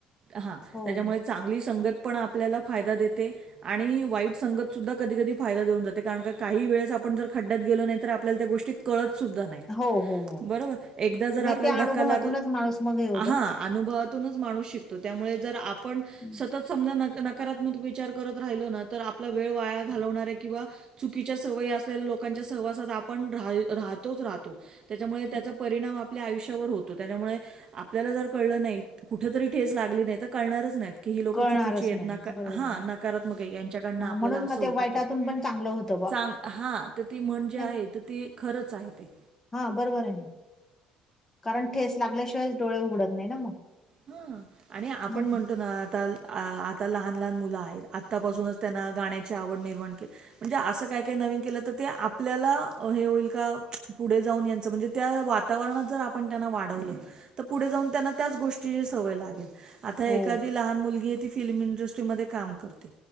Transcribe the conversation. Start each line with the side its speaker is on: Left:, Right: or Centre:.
Right: हा
Left: हो
Right: त्याच्यामुळे चांग ली संगत पण आपल्याला फायदा देते. आणि वाईट संगत सुद्धा कधी कधी फायदा देऊन जाते कारण का काही वेळेस आपण जर खड्डयात गेलो नाही तर आपल्याला त्या गोष्टी कळत सुद्धा नाही
Left: हो हो हो
Right: बरोबर? एकदा जर
Left: नाही
Right: आपल्याला
Left: त्या अनुभवातूनच
Right: धक्का लाग
Left: माणूस मग हे होतं
Right: हा.
Left: ना
Right: अनुभवातूनच माणूस शिकतो त्यामुळे जर आपण
Left: हं,
Right: सतत समजा न नकारात्मक विचार करत राहिलो ना तर आपला वेळ वाया घालवणारे किंवा चुकीच्या सवयी असलेल्या लोकांच्या सहवासात आपण रा राहतोच राहतो. त्याच्यामुळे त्याचा
Left: हं.
Right: परिणाम आपल्या आयुष्यावर होतो. त्याच्यामुळे आपल्याला जर कळलं नाही कुठ तरी ठेच लागली नाही तर कळणारच नाय. की ही लोकं
Left: कळणारच
Right: चुकीची आहेत
Left: नाही
Right: नका
Left: बरोबर
Right: हा
Left: आहे
Right: नकारात्मक आहे यांच्याकडनं
Left: हा
Right: आपल्याला
Left: म्हणून
Right: असं
Left: मग
Right: होत
Left: ते वाईटातून
Right: तस
Left: पण चांगलं होतं बा
Right: चांगल हा तर ती महन जी आहे
Left: नाही
Right: तर ती खरंच आहे ते.
Left: हा बरोबरये कारण ठेच लागल्याशिवाय डोळे उघडत नाही ना मग?
Right: हा आणि आपण
Left: नाही
Right: म्हणतो
Left: का
Right: ना आता आ आता लहान लहान मुलं आहेत आत्तापासूनच त्यांना गाण्याची आवड निर्माण केली म्हणजे असं काय काय नवीन केलं तर ते आपल्याला हे होईल का पुढे जाऊन यांच म्हणजे त्या वातावरणात जर आपण त्यांना वाढवलं तर पुढे जाऊ त्यांना त्याच गोष्टी सवय लागेल आता
Left: हो
Right: एखादी लहान मुलगीये ती फिल्म इंडस्ट्रीमध्ये काम करते.